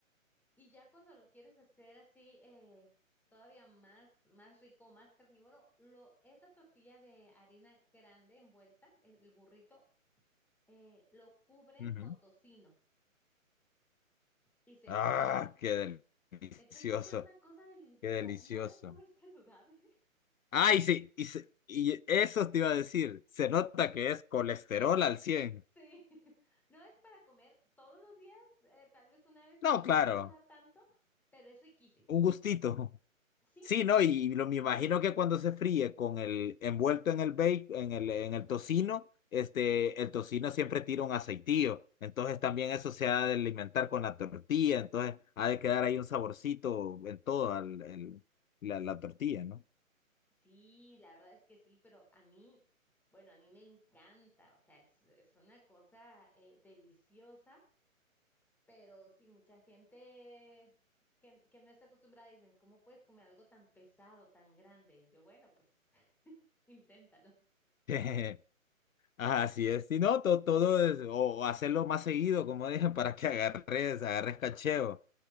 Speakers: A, in the centre; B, on the left.
A: y ya cuando lo quieres hacer así, eh, todavía más, más rico, más carnívoro, lo, esa tortilla de harina grande envuelta, el burrito, eh, lo cubren
B: Ujú.
A: con tocino y se
B: Ah,
A: fríe.
B: qué delicioso,
A: Entonces queda una cosa deliciosa,
B: qué delicioso.
A: o sea, no es muy <laughs> saludable,
B: Ah, y, sí, y, se- y eso te iba a decir. Se nota que es colesterol al cien
A: Sí, <laughs> no es para comer todos los días, eh, tal vez una vez
B: No, claro,
A: cada tanto, pero es riquísimo.
B: un gustito.
A: Sí,
B: Sí, no,
A: es,
B: y lo, me imagino que cuando se fríe con el envuelto en el bake, en el, en el tocino, este, el tocino siempre tira un aceitillo. Entonces también eso se ha de alimentar con la tortilla. Entonces ha de quedar ahí un saborcito en toda el- el- la, la tortilla, ¿no?
A: sí, la verdad es que sí, pero a mí, bueno, a mí me encanta, o sea, es, es una cosa eh, deliciosa, pero sí, mucha gente que, que no está acostumbrada dicen, ¿cómo puedes comer algo tan pesado, tan grande? Y yo, bueno, pues <laughs> inténtalo.
B: <laughs> Así es, si no, to- todo, es, o hacerlo más seguido, como dije, <laughs> para que agarres, agarres cacheo,